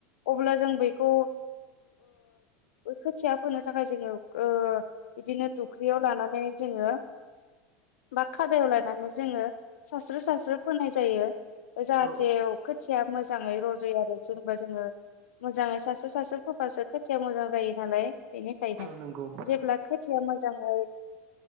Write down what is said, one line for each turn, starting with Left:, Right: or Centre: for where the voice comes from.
Left: अब्ला जों बेखौ खोथिया फोनो थाखाय जोङो बिदिनो दुखलियाव लानानै जोङो बा खादायाव लानानै जोङो सस्र्रि सास्र्रि फोनाय जायो जाहाथे
Right: औ
Left: खोथिया मोजाङै रज'यो आरो जों जोङो मोजाङै सासे सासे फबासो खोथाया मोजां जायो नालाय बेनिखायनो
Right: औ नंगौ
Left: जेब्ला खोथिया मोजाङै